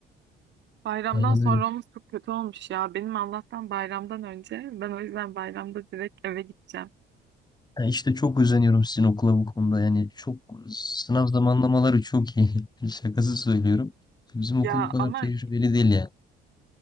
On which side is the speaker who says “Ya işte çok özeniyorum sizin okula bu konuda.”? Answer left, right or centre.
Left